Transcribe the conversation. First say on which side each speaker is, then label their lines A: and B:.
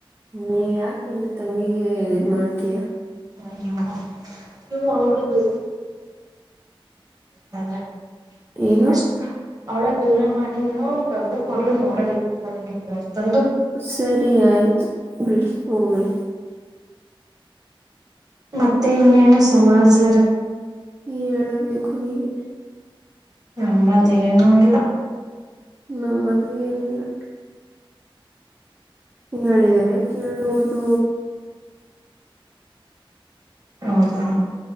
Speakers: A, on the right (about 25°); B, on the right (about 40°).
A: ನೀವ್ ಯಾಕ ಇನ್ನು ತಂಗಿಗೆ ಇದ ಮಾಡ್ತೀಯಾ.
B: ಅಯ್ಯೋ ನೀವು <inaudible>
A: ಏನು
B: ಅಷ್ಟು. ಅವಳ ದೂರವಾಣಿಯನ್ನು ತೆಗೆದುಕೊಂಡ ನೋಡಲು ಅಷ್ಟೊಂದು.
A: ಸರಿ ಆಯ್ತು ಬಿಡಿ ಹೋಗಲಿ.
B: ಮತ್ತೆ ಏನು ಸಮಾಚಾರ.
A: ಹೇಳಬೇಕು ನೀವೇ.
B: ನಮ್ಮದೇನೂ ಇಲ್ಲ.
A: ನಮ್ಮದು ಏನಿಲ್ಲ. ನಡೆದೆರೆ ಕೇಳುವುದು.
B: ಹೌದಾ.